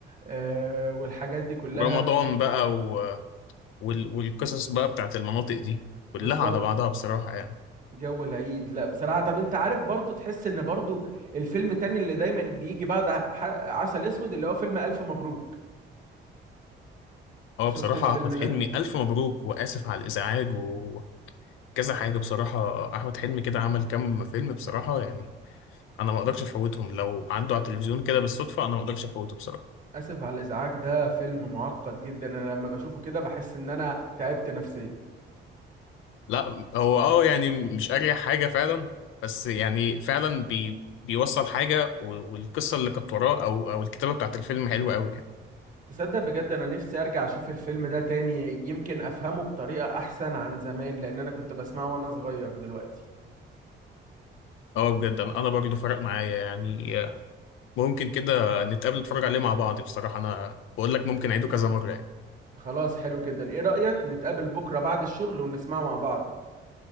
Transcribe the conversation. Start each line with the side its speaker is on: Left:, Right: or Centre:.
Right: آه، والحاجات دي كلها
Left: ورمضان بقى و... وال... والقصص بقى بتاعت المناطق دي كلها
Right: بالظبط
Left: على بعضها بصراحه يعني
Right: جو العيد لا بصراحة طب انت عارف برضو تحس ان برضو الفيلم التاني اللي دايما بيجي بعد ح- عسل اسود اللي هو فيلم الف مبروك
Left: هو
Right: شفت
Left: بصراحة
Right: الفيلم
Left: أحمد
Right: ده
Left: حلمي ألف مبروك وآسف على الإزعاج و... كذا حاجة بصراحة أحمد حلمي كده عمل كام فيلم بصراحة يعني أنا ما أقدرش أفوتهم لو عدوا على التلفزيون كده بالصدفة أنا ما أقدرش أفوته بصراحة
Right: اسف على الازعاج ده فيلم معقد جدا انا لما بشوفه كده بحس ان انا تعبت نفسيا
Left: لا هو أه يعني مش أريح حاجة فعلا بس يعني فعلا بي بيوصل حاجة و- والقصة اللي كانت وراه أو أو الكتابة بتاعت الفيلم حلوة أوي يعني
Right: تصدق بجد انا نفسي ارجع اشوف الفيلم ده تاني يمكن افهمه بطريقة احسن عن زمان لان انا كنت بسمعه وانا صغير دلوقتي
Left: أه بجد أنا أنا برضه فرق معايا يعني ممكن كده نتقابل نتفرج عليه مع بعض بصراحة أنا بقول لك ممكن أعيده كذا مرة يعني
Right: خلاص حلو جدا ايه رأيك نتقابل بكرة بعد الشغل ونسمعه مع بعض